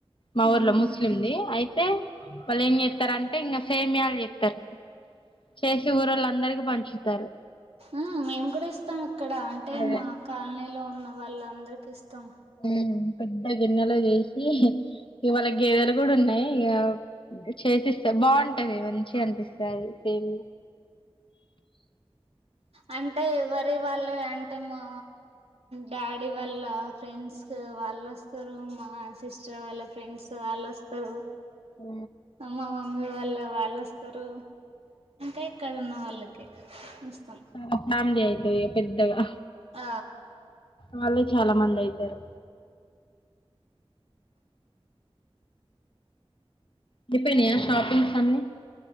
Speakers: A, on the left; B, on the right.
A: మా
B: ఉమ్
A: ఊర్లో ముస్లింది అయితే వాళ్ళు ఏం చేస్తారంటే ఇంకా సేమియా చేతరు చేసి ఊర్ళ్ళ అందరికి పంచుతారు
B: ఉ మేము కూడా ఇస్తాం ఇక్కడ అంటే
A: అదే
B: మా కాలనీలో ఉన్న వాళ్ళ అందరికి ఇస్తాం
A: ఉ పెద్ద గిన్నెలో చేసి ఇవాళ గేదెలు కూడా ఉన్నాయి ఇక చేసిస్తా బాగుంటది మంచి అనిపిస్తా సేమ్
B: అంటే ఎవరి వాళ్ళ అంటే మా డాడీ వాళ్ళ ఫ్రెండ్స్ వా వాళ్ళు వస్తారు మా సిస్టర్ వాళ్ళ ఫ్రెండ్స్ వాళ్ళు వస్తారు
A: ఉ
B: మా వాళ్ళు వాళ్ళు వస్తారు ఇంకా ఇక్కడ ఉన్న వాళ్ళకి ఇస్తాం
A: చాలా ఫ్యామిలీ అయితది పెద్దగా
B: ఆ
A: వాళ్ళు చాలా మంది అయితారు అయ్యిపోయినయా షాపింగ్స్ అన్నీ